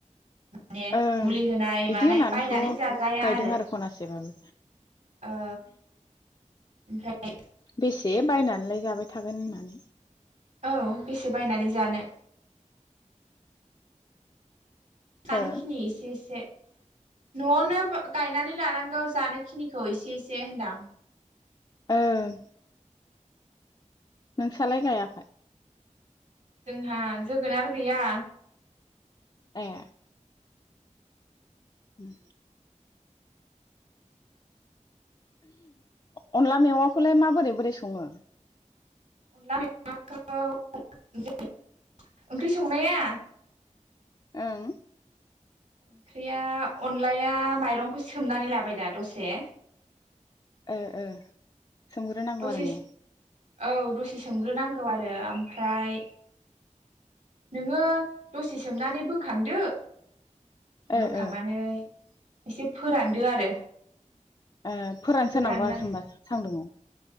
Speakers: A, on the right; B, on the left.
A: माने
B: ओं
A: मुलि होनाय
B: इदि
A: मानाय
B: होननानैथ'
A: बायनानै जाजाया
B: गायदों
A: आरो
B: खनासेबाबो
A: औ ओमफ्राय
B: बेसे बायनानलाय जाबाय थागोन होननानै
A: औ बेसे बायनानै जानो जानोखिनि
B: हो
A: एसे- एसे न'आवनो गायनानै लानांगौ जानोखिनिखौ इसे -इसे होनदां
B: ओं नोंसालाय गायाखै
A: जोंहा जोगोनार गैया
B: ए उम अनला मेवाखौलाय माबोरै बोरै सङो
A: अनला मैवाखौ <inaudible> ओंख्रि संनाया
B: ओं
A: ओंख्रिया अनलाया माइरंखौ सोमनानै लाबाय दा दसे
B: ओ -ओ सोमग्रोनांगौ
A: दसे
B: आरो ने
A: औ दसे सोमग्रोनांगौ आरो ओमफ्राय नोङो दसे सोमनानै बोखांदो
B: ओ
A: बोखांनानै
B: ओ
A: एसे फोरानदो आरो
B: ओ फोरानसोनांगौ
A: फोरानना
B: आरो होमबा सान्दुङाव